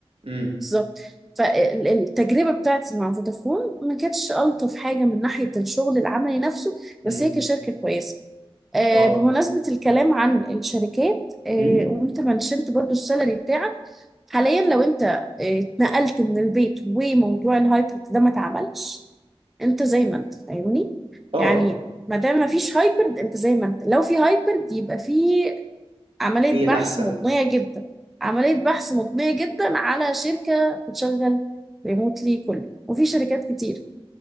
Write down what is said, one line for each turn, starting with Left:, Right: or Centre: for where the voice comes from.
Right: امم
Centre: بالظبط فالتجربه بتاعتي مع فودافون ما كانتش الطف حاجه من ناحيه الشغل العملي نفسه بس
Right: امم
Centre: هي كشركه كويسه آه،
Right: اه
Centre: بمناسبة الكلام عن الشركات آه،
Right: امم
Centre: وانت منشنت برضو السالري بتاعك حاليا لو انت آه، اتنقلت من البيت وموضوع الهايبرد ده ما اتعملش انت زي ما انت فاهمني
Right: اه
Centre: يعني ما دام ما فيش هايبرد انت زي ما انت لو في هايبرد يبقى في عملية
Right: ايه
Centre: بحث
Right: الأحسن
Centre: مضنية جدا عملية بحث مضنية جدا على شركة بتشغل ريموتلي كله وفي شركات كتير